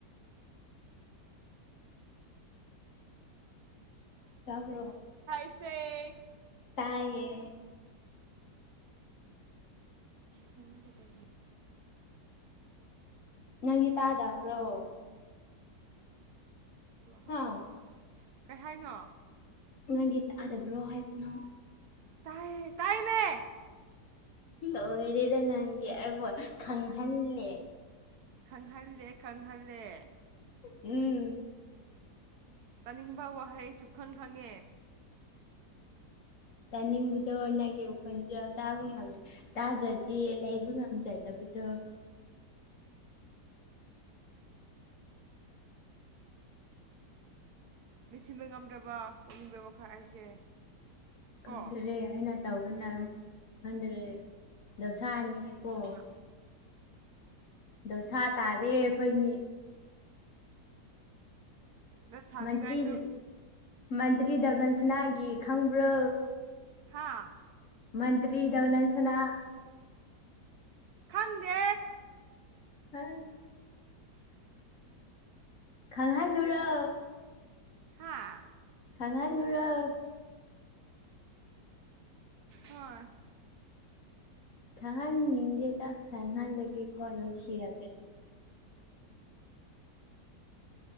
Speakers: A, on the left (about 55°); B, on the right (about 70°).
A: ꯇꯕ꯭ꯔꯣ
B: ꯥꯁꯦ
A: ꯇꯥꯏꯌꯦ
B: ꯐꯣꯟꯗ ꯀ
A: ꯅꯪꯒꯤ ꯇꯥꯗꯕ꯭ꯔꯣ
B: ꯄ
A: ꯍꯥ
B: ꯀꯩ ꯍꯥꯏꯅꯣ
A: ꯅꯪꯒꯤ ꯇꯛꯑꯗꯕ꯭ꯔꯣ ꯍꯥꯏꯕꯅꯣ
B: ꯇꯥꯏ ꯇꯥꯏ ꯃ
A: ꯑꯣꯏꯔꯦꯗ ꯅꯪꯒꯤ ꯑꯩꯕꯨ ꯈꯪꯍꯜꯂꯦ
B: ꯈꯪꯍꯜꯂꯦ ꯈꯪꯍꯜꯂꯦ
A: ꯎꯝ
B: ꯇꯥꯅꯤꯡꯕ ꯋꯥꯍꯩ ꯁꯨꯈꯪ ꯈꯪꯉꯦ
A: ꯇꯥꯅꯤꯡꯕꯗꯣ ꯅꯪꯒꯤ ꯎꯈꯨꯜꯁ ꯇꯥꯕ ꯉꯝꯃꯦ ꯇꯥꯗ꯭ꯔꯗꯤ ꯂꯩꯕ ꯉꯝꯖꯗꯕ ꯑꯗꯨꯗ
B: ꯃꯁꯤꯕ ꯉꯝꯗ꯭ꯔꯕ ꯄꯨꯛꯅꯤꯡꯕ ꯋꯥꯈꯛ ꯑꯩꯁꯦ
A: ꯀꯗꯔꯦ
B: ꯀꯣ
A: ꯑꯩꯅ ꯇꯧꯕꯅ ꯈꯟꯊꯔꯦ ꯗꯣꯁꯥꯅꯤꯀꯣ
B: ꯆꯥꯡꯃꯛꯅ
A: ꯑꯗꯧꯁ ꯇꯥꯔꯦ ꯑꯩꯈꯣꯏꯅꯤ
B: ꯗ ꯁꯅꯤ
A: ꯃꯟꯇ꯭ꯔꯤ
B: ꯉꯒꯥꯥꯏꯆꯣ
A: ꯃꯟꯇ꯭ꯔꯤ ꯗꯔꯅꯜꯁꯤꯅꯥꯒꯤ ꯈꯪꯕ꯭ꯔꯣ
B: ꯍꯥꯥ
A: ꯃꯟꯇ꯭ꯔꯤ ꯗꯅꯥꯟꯁꯤꯅꯥ
B: ꯈꯪꯗꯦ
A: ꯍ ꯈꯪꯍꯜꯂꯨꯔ
B: ꯍꯥꯥ
A: ꯊꯉꯥꯏꯂꯨꯔꯛ
B: ꯍꯣꯏ
A: ꯊꯍꯥꯟ ꯅꯤꯡꯗꯦꯗ ꯈꯔꯍꯥꯟ ꯂꯩꯗꯒꯤꯦ ꯀꯣꯅ ꯑꯣꯏ ꯁꯤꯔꯒ